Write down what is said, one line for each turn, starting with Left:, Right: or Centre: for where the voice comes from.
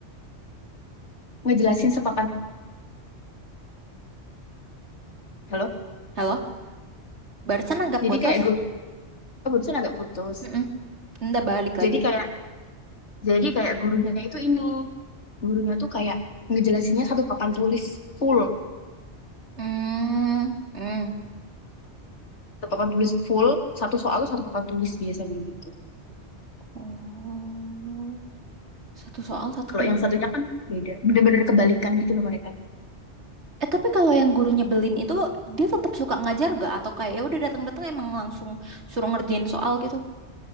Left: ngejelasin sepapan halo.
Right: halo. Barusan agak
Left: Jadi
Right: putus.
Left: kayak guru, oh, barusan agak putus.
Right: Mm-mm. Ntar balik
Left: Jadi
Right: lagi.
Left: kayak jadi kayak gurunya itu ini. gurunya tuh kayak ngejelasinnya satu papan tulis full
Right: Hmm, hmm.
Left: satu papan tulis full satu soal tuh satu papan tulis biasanya gitu
Right: Oh, satu soal satu
Left: kalau
Right: hal
Left: yang satunya kan beda bener-bener kebalikan gitu loh mereka
Right: Eh tapi kalau yang guru nyebelin itu dia tetap suka ngajar gak? Atau kayak ya udah datang-datang emang langsung suruh ngerjain soal gitu?